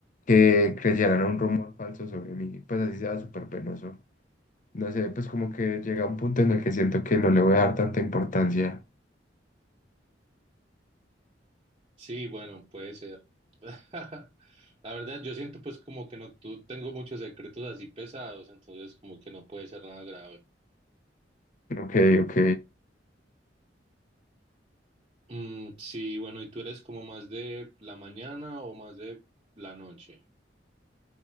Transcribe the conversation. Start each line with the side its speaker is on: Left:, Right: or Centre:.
Left: que creyeran un rumor falso sobre mí, pues así sea súper penoso. No sé, pues como que llega un punto en el que siento que no le voy a dar tanta importancia.
Right: Sí, bueno, puede ser. <laughs> La verdad, yo siento pues como que no, tú tengo muchos secretos así pesados, entonces como que no puede ser nada grave.
Left: Ok, ok.
Right: Mm, sí, bueno, ¿y tú eres como más de la mañana o más de la noche?